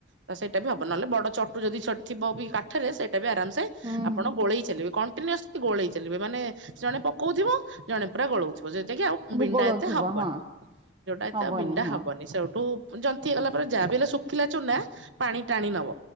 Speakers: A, on the right (about 75°); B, on the right (about 25°).
A: ତ ସେଇଟା ବି ହବ ନହେଲେ ବଡ ଚଟୁ ଯଦି ଛୋ ଥିବ ବି କାଠରେ ସେଇଟା ବି ଆରାମସେ
B: ହୁଁ
A: ଆପଣ
B: ହୁଁ।
A: ଗୋଳେଇ ଚାଲିବେ କଣ ଟିନସଲ୍ୟି ଗୋଳେଇ ଚାଲିବେ ମାନେ ସେ ଜଣେ ପକଉଥିବ ଜଣେ ପୁରା ଗୋଳଉଥିବ। ପୋଜେ ଜେଇକି କି ଆଉ ବିଣ୍ଡା
B: ଗୋଳଉଥିବ
A: ଏତେ ହବନି
B: ହଁ
A: ଯୋଉଟା ଏତେ
B: ହବନି
A: ଆଉ ବିଣ୍ଡା
B: ହଁ
A: ହବନି ସେଇଠୁ ଉଁ ଯନ୍ତି ହେଇଗଲା ପରେ ଯାହା ବି ହେଲେ ଶୁଖିଲା ଚୁନା ପାଣି ଟାଣି ନବ।